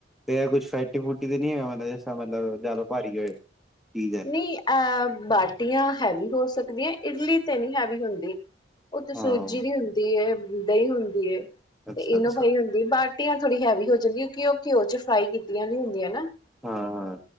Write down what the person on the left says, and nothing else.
ਨਹੀਂ ਇਹ ਬਾਟੀਆਂ ਹੈਵੀ ਹੋ ਸਕ ਦੀਆ। ਇਡਲੀ ਤੇ ਨਹੀਂ ਹੈਵੀ ਹੁੰਦੀ। ਉਹ ਤੇ ਸੂਜੀ
ਦੀ ਹੁੰਦੀ ਏ। ਦਹੀਂ ਹੁੰਦੀ ਏ।
ਤੇ ਇਨੋ ਪਾਈ ਹੁੰਦੀ, ਬਾਟੀਆਂ ਥੋੜ੍ਹੀ ਹੈਵੀ ਹੋ ਜਾਂਦੀ ਕਿਉਂਕਿ ਉਹ ਘਿਓ ਚ ਫਰਾਈ ਕੀਤੀਆਂ ਨੀ ਹੁੰਦੀਆਂ ਨਾ।